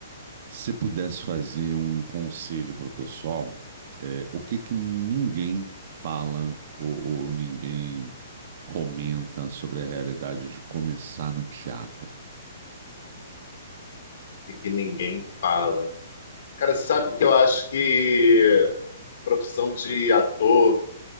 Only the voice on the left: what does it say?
E que ninguém fala. Cara, sabe que eu acho que profissão de ator